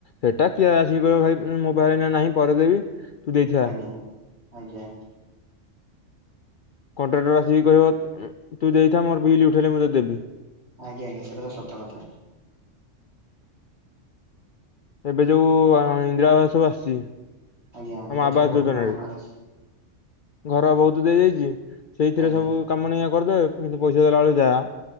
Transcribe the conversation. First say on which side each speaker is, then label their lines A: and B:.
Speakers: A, on the left; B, on the right.
A: ହେଟା କିଏ ଆସିକି କହିବ ଭାଇ ମୋ ପାଖରେ ଏଇନା ନାହିଁ ପରେ ଦେବି ତୁ ଦେଇଥା
B: ଆଜ୍ଞା ଆଜ୍ଞା।
A: କଣ୍ଟ୍ରାକ୍ଟର ଆସିକି କହିବ ଉଁ ତୁ ଦେଇଥା ମୋର ବିଲ ଉଠେଇଲେ ମୁଁ ତତେ ଦେବି।
B: ଆଜ୍ଞା ଆଜ୍ଞା ସେଟା ତ ସତ କଥା।
A: ଏବେ ଯୋଉ-ଉ-ଉ-ଉ ଆ ଇନ୍ଦିରା ଆବାସ ଆସ ଛି
B: ଆଜ୍ଞା ଏବେ
A: ଆମ ଆବାସ
B: ତ ବହୁତ
A: ଯୋଜନା
B: ନୂଆ
A: ରେ
B: ଘର
A: ଘର ବହୁତ ଦେଇଯାଇଛି ସେଇଥିରେ
B: ଆଜ୍ଞା
A: ସବୁ କାମ ଏଇନେ କରିଦେବେ କିନ୍ତୁ ପଇସା ଦେଲା ବେଳକୁ ଯାହା